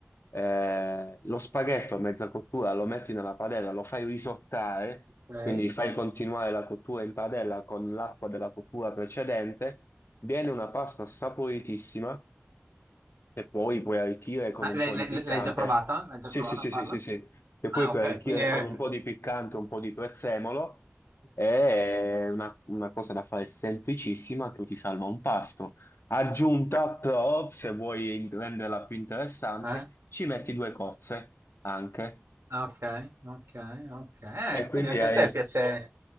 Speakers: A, on the left; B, on the right.
A: Eh, lo spaghetto a mezza cottura lo metti nella padella, lo fai risottare,
B: ok.
A: quindi fai continuare la cottura in padella con l'acqua della cottura precedente. Viene una pasta saporitissima e poi puoi arricchire con
B: Ma
A: un
B: l'hai
A: po'
B: l'hai-
A: di piccante.
B: l'hai già provata? L'hai già
A: Sì,
B: provata
A: sì, sì,
B: a farla?
A: sì, sì, sì. E
B: Ah,
A: poi puoi
B: ok,
A: arricchire
B: quindi è...
A: con un po' di piccante, un po' di prezzemolo. È una, una cosa da fare semplicissima che ti salva un pasto. Aggiunta, però, se vuoi renderla più interessante,
B: eh?
A: ci metti due cozze anche.
B: Ah, Ok, ok, ok. Eh,
A: E quindi
B: quindi anche
A: hai
B: a te piace,